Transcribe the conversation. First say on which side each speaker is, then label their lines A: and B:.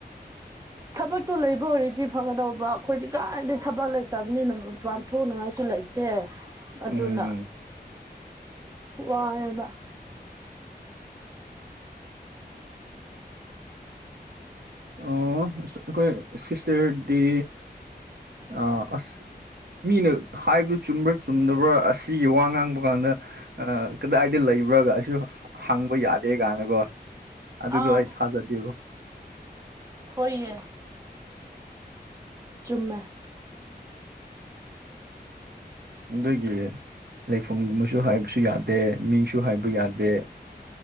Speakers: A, on the right; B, on the right.
A: <inaudible>
B: ꯊꯕꯛꯇꯣ ꯂꯩꯕ ꯑꯣꯏꯔꯗꯤ ꯐꯒꯗꯧꯕ ꯑꯩꯈꯣꯢꯗꯤ ꯀꯥꯏꯗꯩ ꯊꯕꯛ ꯂꯩꯇꯕꯅꯤꯅ ꯃꯄꯥꯟ ꯊꯣꯛꯅꯉꯥꯏꯁꯨ ꯂꯩ ꯇꯦ ꯑꯗꯨꯅ
A: ꯎꯝ
B: ꯋꯥꯔꯦꯕ
A: ꯑꯣ ꯑꯩꯈꯣꯏ ꯁꯤꯁꯇꯔꯗꯤ ꯑ ꯑꯁ ꯃꯤꯅ ꯍꯥꯏꯕ ꯆꯨꯝꯕ꯭ꯔꯥ ꯆꯨꯝꯗꯕ꯭ꯔꯥ ꯑꯁꯤꯒꯤ ꯋꯥ ꯉꯥꯡꯕ ꯀꯥꯟꯗ ꯑ ꯀꯗꯥꯏꯗ ꯂꯩꯕ꯭ꯔꯥꯒꯁꯨ ꯍꯪꯕ ꯌꯥꯗꯦ ꯀꯥꯏꯅꯒꯣ ꯑꯗꯨꯗꯣ
B: ꯑꯥꯎ
A: ꯑꯩ ꯊꯥꯖꯗꯦꯕꯣ
B: ꯍꯣꯏꯌꯦ ꯆꯨꯝꯃꯦ
A: ꯑꯗꯨꯒꯤ ꯂꯩꯐꯝꯒꯨꯝꯕꯁꯨ ꯍꯥꯏꯕꯁꯨ ꯌꯥꯗꯦ ꯃꯤꯡꯁꯨ ꯍꯥꯏꯕ ꯌꯥꯗꯦ